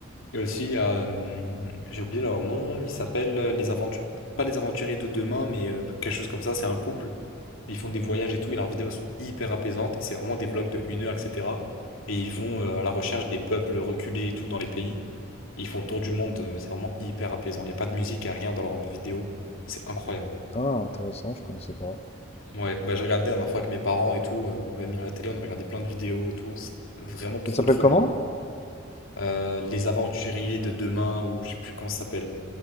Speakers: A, on the left; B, on the left.
A: Et aussi, il y a, euh, j'ai oublié leur nom, mais ils s'appellent euh, les aventures, pas les aventuriers de demain, mais euh, quelque chose comme ça, c'est un couple. Ils font des voyages et tout, et leurs vidéos sont hyper apaisantes, et c'est vraiment des vlogs de une heure, etc. Et ils vont euh, à la recherche des peuples reculés et tout dans les pays. Et ils font le tour du monde, euh, c'est vraiment hyper apaisant. Il n'y a pas de musique, il n'y a rien dans leurs vidéos. C'est incroyable.
B: Ah, intéressant, je connaissais pas.
A: Ouais, bah j'ai regardé la dernière fois avec mes parents et tout, euh, on l'avait mis à la télé, on avait regardé plein de vidéos et tout, c'est vraiment trop
B: Ça s'appelle
A: trop
B: comment?
A: bien. Euh, Les Aventuriers de demain, ou je sais plus comment ça s'appelle.